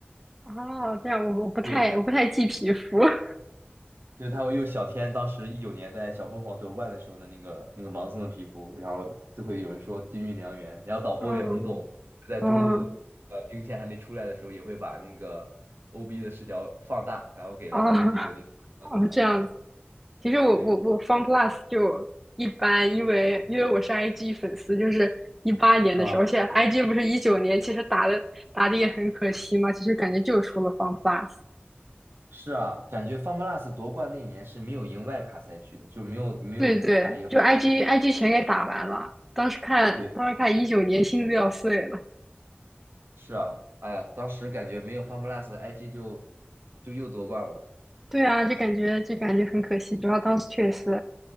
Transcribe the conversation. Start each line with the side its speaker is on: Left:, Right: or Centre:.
Centre: 哦，这样我我不太我不太记皮肤。
Right: 对。
Centre: <laughs>
Right: 就是他会用小天当时一九年在小凤凰夺冠的时候的那个那个盲僧的皮肤，然后都会有人说金玉良缘，然后导播也很懂，
Centre: 哦
Right: 在中路呃兵线还没出来的时候，
Centre: 哦，
Right: 也会把那个 OB 的视角放大，然后给到
Centre: <laughs> 啊
Right: d o i n B 的那个身上。
Centre: 哦，这样子。其实我我我
Right: 对
Centre: FunPlus 就一般，因为因为我是 IG 粉丝，就是一八年的时候，
Right: 啊，
Centre: 而且 IG 不是一九年，其实打的打的也很可惜嘛。其实感觉就输了 FunPlus。
Right: 是啊，感觉 FunPlus 夺冠那年是没有赢外卡赛区的，就没有没有打赢韩国队。
Centre: 对对，就 IG IG 全给打完了。当时看当时看一九年，
Right: 对，
Centre: 心都要碎了。
Right: 是啊，哎呀，当时感觉没有 FunPlus，IG 就就又夺冠了。
Centre: 对啊，就感觉就感觉很可惜。主要当时确实